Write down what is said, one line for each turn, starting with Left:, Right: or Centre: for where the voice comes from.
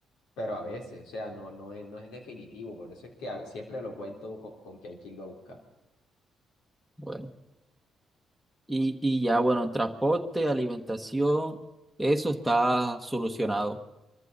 Left: Pero a veces, o sea, no, no es, no es definitivo, por eso es que a- siempre lo cuento con, con que hay que irlo a buscar.
Centre: Bueno. Y, y ya, bueno, en transporte, alimentación, eso está solucionado